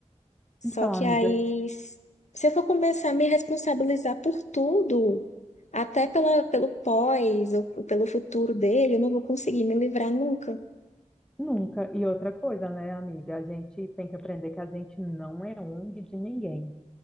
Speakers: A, on the left (about 65°); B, in the centre.
A: Só
B: Então,
A: que
B: amiga,
A: aí, s- se eu for começar a me responsabilizar por tudo, até pela, pelo pós ou pelo futuro dele, eu não vou conseguir me livrar nunca.
B: nunca. E outra coisa, né, amiga? A gente tem que aprender que a gente não é ONG de ninguém.